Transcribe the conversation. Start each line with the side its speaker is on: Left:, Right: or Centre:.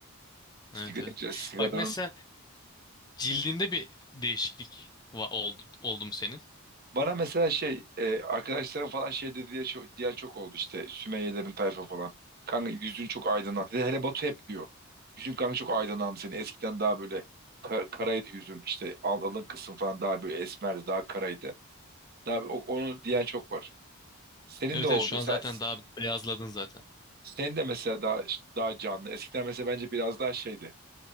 Left: Evet
Right: Sigara,
Left: evet.
Right: sigara,
Left: Bak mesela cildinde bir değişiklik va- oldu, oldu mu senin?
Right: Bana mesela şey e, arkadaşlarım falan şey dedi diye çok, diyen çok oldu işte Sümeyyelerin tayfa falan. Kanka yüzün çok aydınlandı. Hele hele Batu hep diyor. Yüzün kanka çok aydınlandı senin. Eskiden daha böyle kar- karaydı yüzün. İşte al- alın kısım falan daha böyle esmerdi, daha karaydı. Daha bir- o- onu diyen çok var. Senin
Left: Evet
Right: de oldu.
Left: evet şu an
Right: Sen
Left: zaten daha beyazladın zaten.
Right: senin de mesela daha işte daha canlı. Eskiden mesela bence biraz daha şeydi.